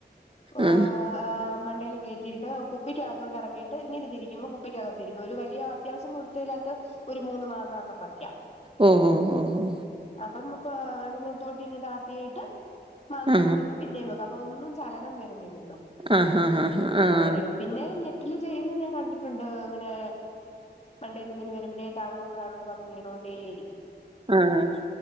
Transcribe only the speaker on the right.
ആ
ഓ ഹോ ഹോ.
ആ
ആ ഹ ഹാ ആഹ് ആഹ്
ആഹ്.